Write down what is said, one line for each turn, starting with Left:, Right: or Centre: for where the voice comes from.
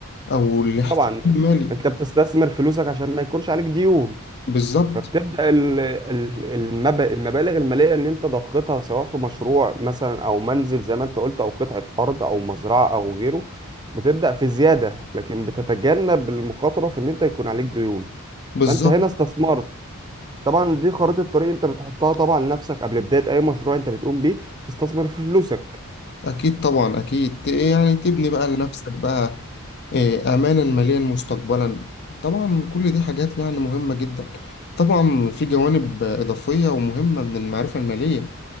Left: أو الاحتيال
Right: طبعا
Left: المالي
Right: انت بتستثمر فلوسك عشان ما يكونش عليك ديون
Left: بالظبط
Right: فبتبدا ال- ال- المب- المبالغ الماليه اللي انت ضختها سواء في مشروع مثلا او منزل زي ما انت قلت او قطعه ارض او مزرعه او غيره بتبدا في زياده لكن بتتجنب المخاطره في ان انت يكون عليك ديون
Left: بالظبط
Right: فانت هنا استثمرت طبعا دي خريطه الطريق انت بتحطها طبعا لنفسك قبل بدايه اي مشروع انت بتقوم بيه تستثمر في فلوسك
Left: أكيد طبعا أكيد ت- يعني تبني بقى لنفسك بقى آه، أمانا ماليا مستقبلا طبعا كل دي حاجات يعني مهمة جدا طبعا في جوانب إضافية ومهمة من المعرفة المالية